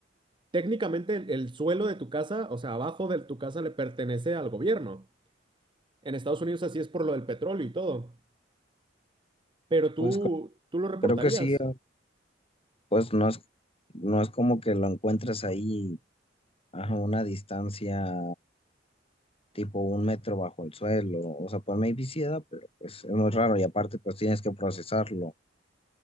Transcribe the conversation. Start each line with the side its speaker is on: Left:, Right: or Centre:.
Right: técnicamente el, el suelo de tu casa, o sea, abajo de tu casa le pertenece al gobierno. En Estados Unidos así es por lo del petróleo y todo. Pero tú,
Left: Pues cre-
Right: tú lo reportarías.
Left: creo que sí, eh, pues no es, no es como que lo encuentres ahí a una distancia tipo un metro bajo el suelo. O sea, pues maybe sí da, pero pues es muy raro y aparte pues tienes que procesarlo.